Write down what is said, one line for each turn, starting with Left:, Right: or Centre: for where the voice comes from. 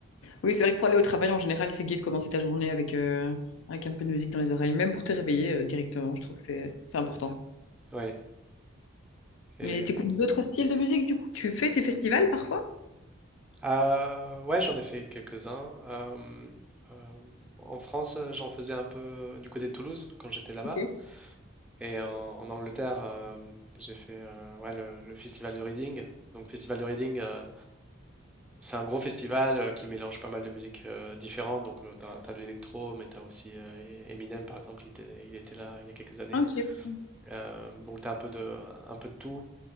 Left: Oui, c'est vrai que pour aller au travail, en général, c'est gai de commencer ta journée avec, euh, avec un peu de musique dans les oreilles, même pour te réveiller euh, directement. Je trouve que c'est c'est important.
Centre: Oui. Et,
Left: Et t'écoutes d'autres styles de musique, du coup? Tu fais tes festivals parfois?
Centre: Euh, ouais, j'en ai fait quelques-uns. Euh, euh, en France, euh, j'en faisais un peu euh, du côté de Toulouse quand j'étais là-bas.
Left: Ok.
Centre: Et en, en Angleterre, euh, j'ai fait euh, ouais, le, le festival de Reading. Donc, festival de Reading, euh, c'est un gros festival euh, qui mélange pas mal de musiques euh, différentes. Donc, euh, t'as, t'as de l'électro, mais t'as aussi euh, Eminem, par exemple, il était, il était là il y a quelques années.
Left: Ok.
Centre: Euh, donc, t'as un peu de, un peu de tout.